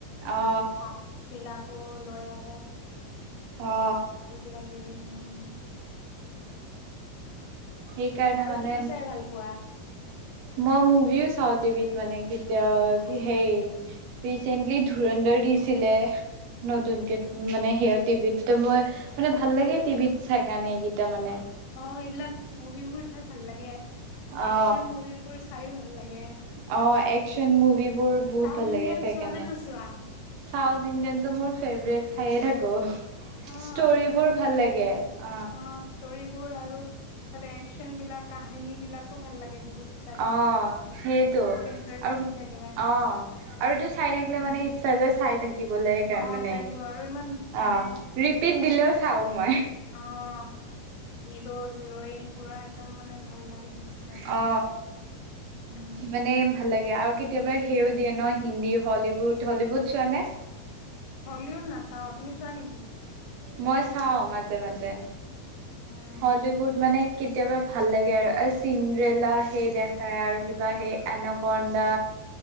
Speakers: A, on the right; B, on the left.
A: অ
B: সাপ বিলাকো লৈ আহে।
A: অ
B: আৰু কিবা কিবি উম।
A: সেইকাৰণে
B: আৰু
A: মানে।
B: কি চাই ভাল পোৱা
A: মই মুভিও চাওঁ টিভিত মানে কেতিয়া সেই ৰিচেন্টলি ধুৰ দৰ দিছিলে নতুনকে মানে সেয়া টিভিত, মই ত মানে ভ। ভাল লাগে টিভিত চাই কাৰণে এইকেইটা মানে।
B: অ এইবিলাক মুভিবোৰ চাই ভাল লাগে,
A: অ
B: একচন মুভিবোৰ চাইয়ো ভাল। লাগে
A: অ একচন মুভিবোৰ
B: উম,
A: বহুত
B: চাউথ
A: ভাল
B: ইণ্ডিয়ান
A: লাগে চাইকেণে।
B: চোৱা নে নোচোৱা?
A: চাউথ ইণ্ডিয়ানটো মোৰ ফেভৰেট চাইয়ে থাকো।
B: অ',
A: ষ্টৰিবোৰ
B: বহুত
A: ভাল
B: এনি
A: লাগে,
B: টাইম,
A: অ।
B: ষ্টৰিবোৰ আৰু ত একচন বিলাক কাহিনী বিলাকো ভাল লাগে বহুত। চাই
A: অ
B: কিনে।
A: সেইটো
B: বহুত ইণ্টাৰেষ্টিং
A: আৰু
B: থাকে,
A: অ আৰু এইটো চাই থাকিলে
B: উম,
A: মানে ইচ চাই থাকিবলে একে
B: অ',
A: মানে
B: চাই থাকিব আৰু ইমান মানে
A: অ ৰিপিট দিলেও চাও মই।
B: অ হিৰো হিৰইন পুৰা একদম মানে ভাল লাগে সি। তোক চাই
A: অ
B: কিনে। উম,
A: মানে। ভাল লাগে আৰু কেতিয়াবা সেও দিয়ে ন হিন্দী হলীউুড হলীউুড চোৱা নে।
B: হলিউড নাচাওঁ। তুমি চোৱা নেকি?
A: মই চাও মাজে মাজে
B: উম,
A: হলিউড মানে। কেতিয়াবা ভাল লাগে আৰু এই চিন্দেৰেলা সেই দেখায় আৰু কিবা সেই এনাকন্দা।